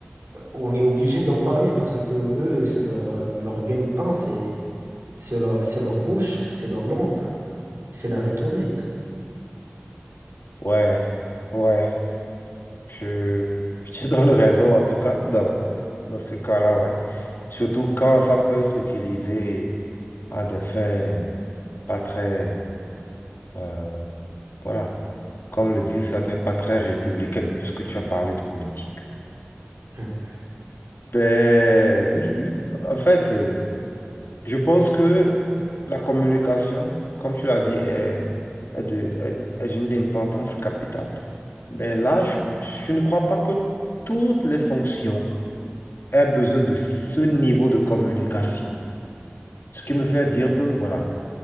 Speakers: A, on the right; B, on the left.
A: on est obligé d'en parler parce que eux, c'est leur, euh, leur gagne-pain, c'est, c'est leur, c'est leur bouche, c'est leur langue, c'est la rhétorique.
B: Ouais, ouais. Je, je te <laughs> donne raison en tout cas dans, dans ce cas-là, ouais. Surtout quand ça peut être utilisé à des fins pas très, euh, voilà, comme le disent certains, pas très républicaines, puisque tu as parlé de politique.
A: <laughs>
B: Ben oui, oui. En fait. euh, Je pense que la communication, comme tu l'as dit, est, est de, est, est une importance capitale. Mais là, je, je ne crois pas que toutes les fonctions aient besoin de ce niveau de communication. Ce qui me fait dire que, voilà,